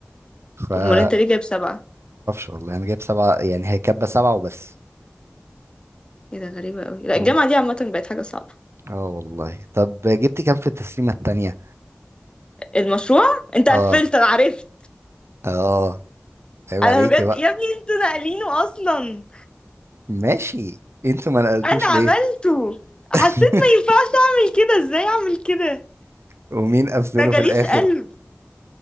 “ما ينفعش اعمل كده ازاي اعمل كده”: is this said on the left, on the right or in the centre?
Left